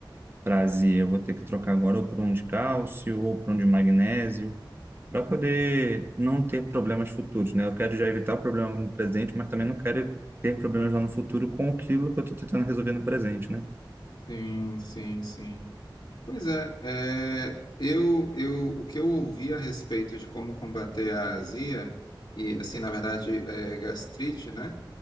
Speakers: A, on the right; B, on the left.
A: prazer, eu vou ter que trocar agora ou por um de cálcio ou por um de magnésio, para poder não ter problemas futuros, né? Eu quero já evitar o problema no presente, mas também não quero ter problemas lá no futuro com aquilo que eu estou tentando resolver no presente, né?
B: Sim, sim, sim. Pois é, é, eu, eu, o que eu ouvi a respeito de como combater a azia, e assim, na verdade, é, gastrite, né?